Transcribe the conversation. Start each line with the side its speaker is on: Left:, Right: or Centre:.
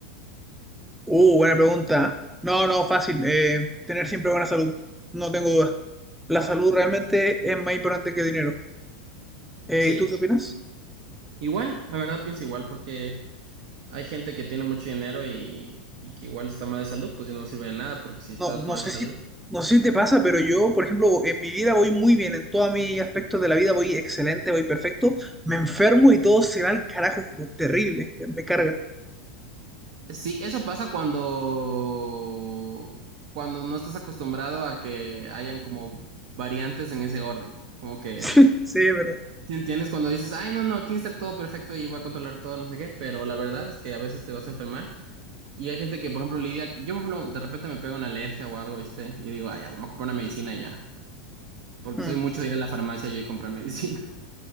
Centre: Uh, buena pregunta. ¿eh? No, no, fácil. Eh, tener siempre buena salud. No tengo duda. La salud realmente es más importante que dinero. Eh,
Right: Sí.
Centre: ¿y tú qué opinas?
Right: Igual, la verdad pienso igual, porque Hay gente que tiene mucho dinero y, y que igual está mal de salud, pues y no sirve de nada, porque si estás
Centre: No, no
Right: mal
Centre: sé
Right: de
Centre: si,
Right: salud,
Centre: no sé si te pasa, pero yo, por ejemplo, en mi vida voy muy bien, en todos mis aspectos de la vida voy excelente, voy perfecto, me enfermo y todo se va al carajo, es como terrible, me, me carga. <laughs>
Right: Sí, eso pasa cuando, cuando no estás acostumbrado a que hayan como variantes en ese orden. Como que,
Centre: Sí, sí, es verdad.
Right: ¿sí entiendes? Cuando dices, ay, no, no, tiene que estar todo perfecto y voy a controlar todo, no sé qué, pero la verdad es que a veces te vas a enfermar. Y hay gente que, por ejemplo, lidia, yo, por ejemplo, de repente me pega una alergia o algo, ¿viste? Y digo, ay, ya, voy a comprar una medicina ya. Porque
Centre: Mm.
Right: soy mucho de ir a la farmacia yo y comprar medicina.